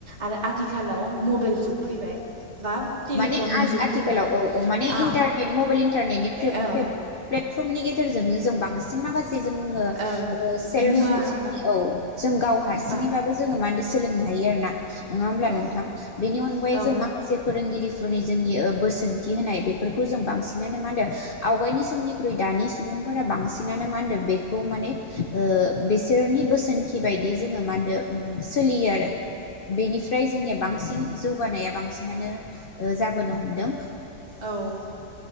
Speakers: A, on the right; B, on the left.
A: आरो आथिखालाव मबेल जुग फैबाय बा टेलिफननि
B: माने आ
A: जुग
B: आथिखालाव
A: फैबाय
B: औ औ माने
A: आ
B: इन्टारनेट मबेल इन्टारनेटनि फ्लि
A: औ
B: प्ले प्लेट फर्मनि गेजेरजोंनो जों बांसिन माखा से जोङो
A: ओं
B: ओ सेल्प
A: मुवा
B: जोंनि
A: बा
B: ओव जों गाव हारसिंनिबाबो
A: बा
B: जों माने सोलोंनो हायो आरोना नोङा होमब्ला
A: औ
B: नोंथां बेनि अनगायै
A: औ
B: जों माखासे फोरोंगिरिफोरनि जोंनि बोसोनथि होनाय बेफोरखौ जों बांसिनानो मा होनो आवगायनि समनिख्रुइ दानि सुबुंफोरा बांसिनानो मा होनदों बेखौ माने बिसोरनि बोसोनथि बायदि जोङो मा होनदों सोलियो आरो बेनिफ्राय जोंनिया बांसिन जौगानाया बांसिनानो जाबोनो हमदों
A: औ